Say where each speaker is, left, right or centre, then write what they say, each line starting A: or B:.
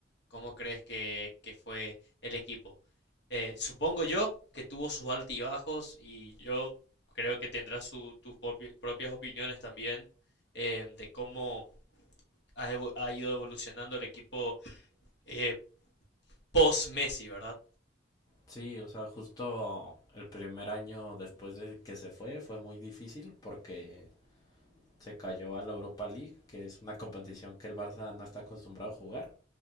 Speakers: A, on the left (about 65°); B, on the left (about 20°).
A: cómo crees que, que fue el equipo? Eh, supongo yo que tuvo sus altibajos y yo creo que tendrás su- tus propi- propias opiniones también em, de cómo ha, evo- ha ido evolucionando el equipo eh, post-Messi, ¿verdad?
B: Sí, o sea, justo el primer año después de que se fue fue muy difícil porque se cayó a la Europa League, que es una competición que el Barça no está acostumbrado a jugar.